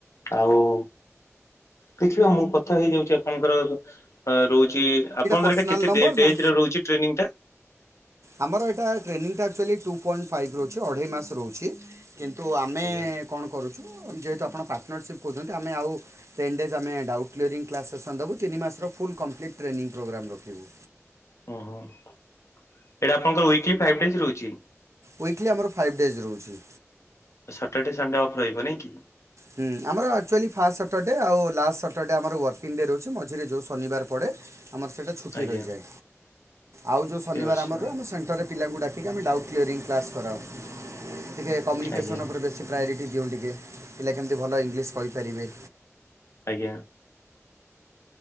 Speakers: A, on the left; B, on the right.
A: ଆଉ ଦେଖିବା ମୁଁ କଥା ହେଇଯାଉଚି ଆପଣଙ୍କର ହ ରହୁଚି ଆପଣଙ୍କର
B: ପର୍ସନାଲ୍
A: ଏଇଟା କେତେ
B: ନମ୍ବର
A: ଡେ-ଡେଜ୍
B: ନା
A: ରେ ରହୁଚି ଟ୍ରେନିଂ ଟା?
B: ଆମର ଏଟା ଟ୍ରେନିଂଟା ଆକ୍ଚୁଆଲି ଟୁ ପଏଣ୍ଟ୍ ଫାଇଭ୍ ରହୁଚି ଅଢ଼େଇ ମାସ୍ ରହୁଚି। କିନ୍ତୁ ଆମେ
A: ଆଜ୍ଞା
B: କଣ କରୁଚୁ ଯେହେତୁ ଆପଣ ପାର୍ଟନରସିପ୍ କହୁଚନ୍ତି ଆମେ ଆଉ ଟେନ୍ ଡେଜ୍ ଆମେ ଡାଉଟକ୍ଲିୟରିଂ କ୍ଲାସ୍ ସେସନ୍ ଦବୁ। ତିିନି ମାସର ଫୁଲ୍ କଂପ୍ଲିଟ୍ ଟ୍ରେନିଂ ପୋଗ୍ରାମ୍ ରଖିବୁ।
A: ଓ ହୋ ଏଟା ଆପଣଙ୍କର ୱିକଲି ଫାଇଭ୍ ଡେଜ୍ ରହୁଚି?
B: ୱିକଲି ଆମର ଫାଇଭ୍ ଡେଜ୍ ରହୁଚି।
A: ସଟର୍ ଡେ ସଣ୍ଡେ ଅଫ୍ ରହିବ ନାଇଁ କି?
B: ହୁଁ ଆମର ଆକ୍ଚୁଆଲି ଫାଷ୍ଟ୍ ସଟର୍ ଡେ ଆଉ ଲାଷ୍ଟ୍ ସଟର୍ଡେ ଆମର ୱାର୍କିଂ ଡେ ରହୁଚି ମଝିରେ ଯଉ ଶନିବାର ପଡେ ଆମର ସେଟା ଛୁଟି
A: ଆଜ୍ଞା
B: ରହିଯାଏ ଆଉ ଯଉ
A: ସିଓର
B: ଶନିବାର
A: ସିଓର
B: ଆମର ରୁହେ <unintelligible> ପରେ ପିଲାଙ୍କୁ ଡାକି ଆମେ ଡାଉଟ କ୍ଲିୟରିଂ କ୍ଲାସ୍ କରାଉ ଟିକେ କମ୍ୟୁନିକେସନ୍
A: ଆଜ୍ଞା
B: ଉପରେ ବେଶୀ ପ୍ରାୟୋରିଟି ଦିଉ ଟିକେ ପିଲା କେମିତି ଭଲ ଇଂଲିଶ କହିପାରିବେ।
A: ଆଜ୍ଞା।